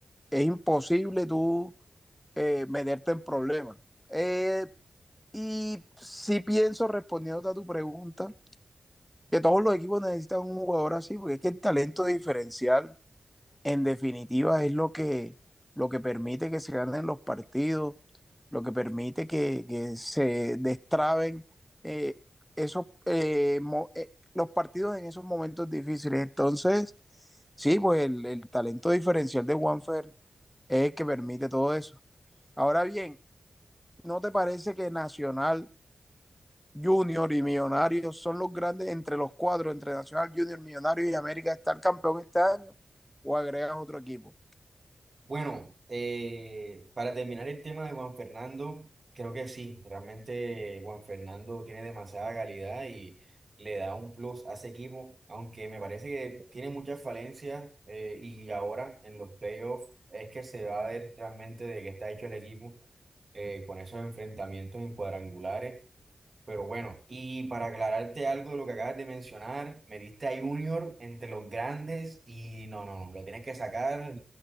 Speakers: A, in the centre; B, on the right (about 50°).
A: es imposible tú eh, meterte en problemas. Eh, y sí pienso, respondiendo a tu pregunta, que todos los equipos necesitan un jugador así, porque es que el talento diferencial en definitiva es lo que, lo que permite que se ganen los partidos, lo que permite que, que se destraben eh, esos, eh, mo- eh, los partidos en esos momentos difíciles. Entonces, sí, pues el, el talento diferencial de Juanfer es el que permite todo eso. Ahora bien, ¿no te parece que Nacional Junior y Millonarios son los grandes entre los cuatro, entre Nacional Junior, Millonarios y América, estar campeón este año o agregas otro equipo?
B: Bueno, eh, para terminar el tema de Juan Fernando, creo que sí, realmente Juan Fernando tiene demasiada calidad y le da un plus a ese equipo, aunque me parece que tiene muchas falencias eh, y ahora en los playoffs es que se va a ver realmente de qué está hecho el equipo eh, con esos enfrentamientos en cuadrangulares. Pero bueno, y para aclararte algo de lo que acabas de mencionar, me diste a Junior entre los grandes y no, no, no, lo tienes que sacar.